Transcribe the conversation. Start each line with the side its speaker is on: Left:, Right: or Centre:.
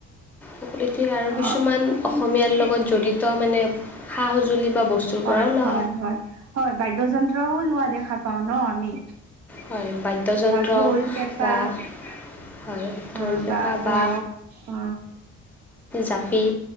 Centre: প্ৰকৃতি আৰু কিছুমান
Right: অ'
Centre: অসমীয়াৰ লগত জড়িত মানে সা সঁজুলি বা বস্তুৰ
Right: হয়
Centre: পৰাও লোৱা
Right: হয় হয় হয় বাদ্যন্ত্ৰও লোৱা দেখা পাওঁ ন আমি
Centre: হয় বাদ্যযন্ত্ৰ
Right: ঢোল, পেঁপা
Centre: বা হয়
Right: অ
Centre: ঢোল পেঁপা
Right: ধৰক
Centre: বা
Right: অ
Centre: জাপি